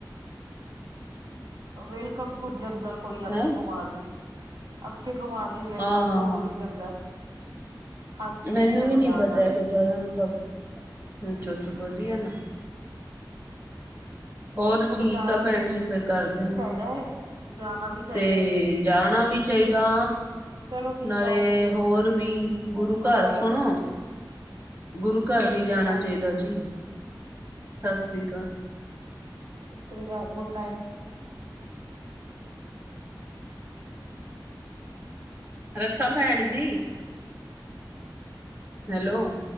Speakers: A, on the right (about 85°); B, on the right (about 35°).
A: ਵੇਲਕਮ ਟੂ ਜੰਗਲ ਕੋਈ, ਅਕਸ਼ੇ
B: ਹੈਂ
A: ਕੁਮਾਰ ਦੀ ਅਕਸ਼ੇ ਕੁਮਾਰ ਵੈਲਕਮ
B: ਹਾਂ ਹਾਂ
A: ਟੂ
B: ਹਾਂ
A: ਜੰਗਲ ਹੱਸਣੇ
B: ਮੈਨੂੰ
A: ਦੀ ਆ ਮਜ਼ਾਕਾਂ
B: ਵੀ ਨੀ ਪਤਾ
A: ਦੀ
B: ਹੈ ਬੱਚਾ ਉਹਨਾਂ ਨੂੰ ਸਭ ਅੱਛਾ ਅੱਛਾ ਵਧੀਆ ਨਾ ਹੋਰ ਠੀਕ
A: ਜਾਣਾ
B: ਆ
A: ਵੀ
B: ਪੈਣ ਜੀ ਫੇਰ ਕਰਦੇ ਆ।
A: ਚਾਹੀਦਾ ਹੈ ਜਾਣਾ ਵੀ ਚਾਹੀਦਾ
B: ਤੇ
A: ਹੈ
B: ਜਾਣਾ ਵੀ ਚਾਹੀਦਾ
A: ਚਲੋ ਠੀਕ
B: ਨਾਲੇ
A: ਆ ਓਕੇ
B: ਹੋਰ ਵੀ, ਗੁਰੂ ਘਰ
A: ਬਾਏ
B: ਸੁਣੋ,
A: ਸਤਿ
B: ਗੁਰੂ ਘਰ ਵੀ
A: ਸ੍ਰੀ
B: ਜਾਣਾ
A: ਅਕਾਲ
B: ਚਾਹੀਦਾ ਜੀ, ਸਤਿ ਸ੍ਰੀ ਅਕਾਲ
A: ਸਸ੍ਰ੍ਰੀ -ਕਾਲ ਗ ਗੁੱਡ ਨਾਈਟ <unintelligible> ਕਰ
B: ਰੱਖਾ ਪੈਣ ਜੀ ਹੈਲੋ
A: ਦੋ